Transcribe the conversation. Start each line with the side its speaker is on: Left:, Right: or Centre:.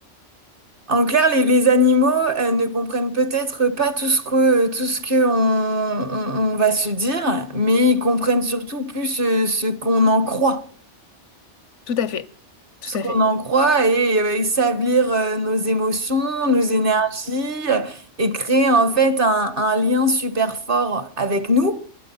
Right: En clair, les, les animaux euh, ne comprennent peut-être pas tout ce que tout ce que on, on- on va se dire, mais ils comprennent surtout plus euh, ce qu'on en croit,
Left: Tout à fait. Tout
Right: ce qu'on
Left: à fait.
Right: en croit, et euh, ils savent lire euh, nos émotions, nos énergies, euh, et créer en fait un, un lien super fort avec nous